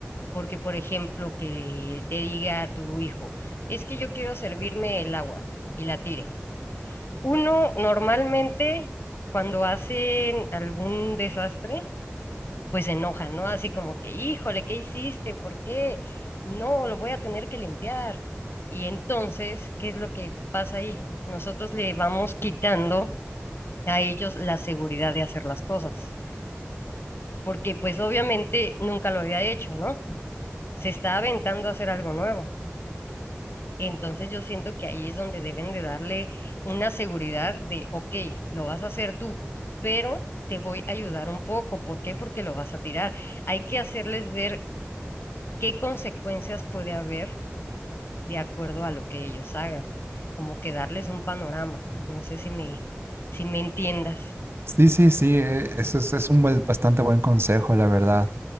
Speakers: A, on the left; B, on the right.
A: porque por ejemplo que te diga a tu hijo, es que yo quiero servirme el agua y la tire. Uno normalmente cuando hacen algún desastre, pues se enoja, ¿no? Así como que, híjole, ¿qué hiciste? ¿Por qué? No, lo voy a tener que limpiar. Y entonces, ¿qué es lo que pasa ahí? Nosotros le vamos quitando a ellos la seguridad de hacer las cosas, porque pues obviamente nunca lo había hecho, ¿no? Se está aventando a hacer algo nuevo. Entonces yo siento que ahí es donde deben de darle una seguridad de, ok, lo vas a hacer tú, pero te voy a ayudar un poco. ¿Por qué? Porque lo vas a tirar. Hay que hacerles ver qué consecuencias puede haber de acuerdo a lo que ellos hagan, como que darles un panorama, no sé si me, si me entiendas.
B: Sí, sí, sí, eh, eso es, es un buen- bastante buen consejo, la verdad.